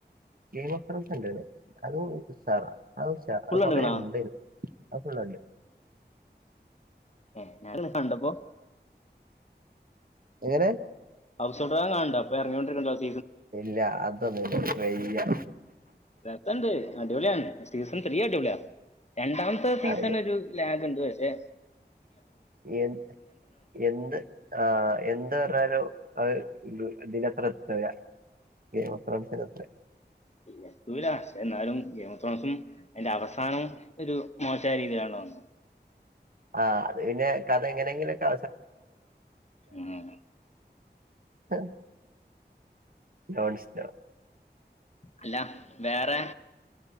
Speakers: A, on the right (about 55°); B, on the left (about 40°).
A: ഗെയിം ഓഫറൻസ്ണ്ട്. അത് ഉസാറാ അത് ഉഷാറ
B: ഫുൾ
A: അത്
B: കണ്ടുക്കണോ
A: കൊറെ ഇണ്ടെനും അത് ഫുള്ള്ണ്ട്
B: ഏ ഞാനെ കണ്ടപ്പോ
A: എങ്ങനെ
B: ഹൗസ് <unintelligible>
A: ഇല്ല അത് നിനക്ക് വയ്യ
B: രസണ്ട് അടിപൊളിയാണ് സീസൺ ത്രീ അടിപൊളിയ രണ്ടാമത്തെ സീസൺ
A: അത്
B: ഒരു ലാഗ്ണ്ട് പക്ഷേ
A: എ എന്ത് ആ എന്ത് പറഞ്ഞാലും അത് ദിന്റത്രത്ര കിട്ടൂല ഈ റഫറൻസിന്റ അത്രേ
B: എത്തൂല പക്ഷേ എന്നാലും ഗെയിംസ് ഫോംസും അതിന്റെ അവസാനവും ഒരു മോശമായ രീതിയിലാണ് വന്നത്
A: ആ പിന്നെ കഥ എങ്ങനെങ്കിലൊക്കെ
B: ഉം.
A: <unintelligible> ലോൺസ്ന
B: അല്ല വേറെ